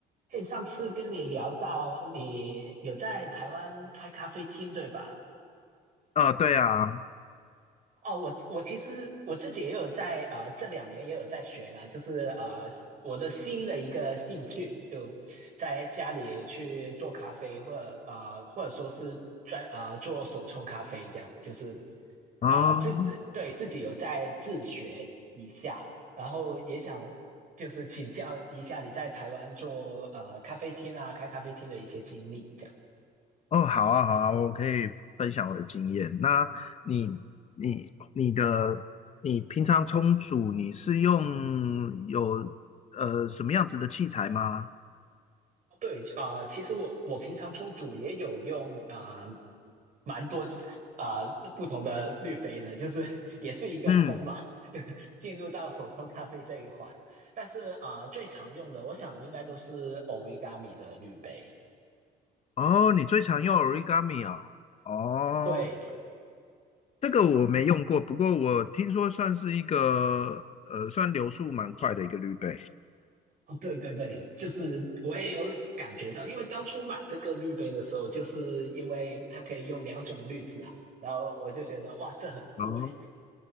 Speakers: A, on the right; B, on the left.
A: 对，上次跟你聊到你有在台湾开咖啡厅，对吧？
B: 哦，对啊，
A: 哦，我我其实我自己也有在呃这两年也有在学啦，就是呃我的新的一个兴趣，就在家里去做咖啡，或者呃或者说是专呃做手冲咖啡这样，就是
B: 嗯，
A: 啊、呃自对自己有在自学一下，然后也想就是请教一下你在台湾做呃咖啡厅啊开咖啡厅的一些经历，这样。
B: 哦，好啊，好啊，我可以分享我的经验。那你、你、你的、你平常冲煮，你是用有呃什么样子的器材吗？
A: 对，啊、其实我我平常冲煮也有用啊、蛮多啊、不同的滤杯的，就是 <laughs> 也是一个坑嘛，
B: 嗯，
A: <laughs> 就进入到手冲咖啡这一环。但是啊、最常用的，我想应该都是 Origami 的滤杯。
B: 哦，你最常用 origami 啊？哦，
A: 对，
B: 这个我没用过，不过我听说算是一个呃，算流速蛮快的一个滤杯。
A: 哦对对对，就是我也有感觉到，因为当初买这个滤杯的时候，就是因为它可以用两种滤纸啊，然后我就觉得哇，这很酷诶，
B: 哦，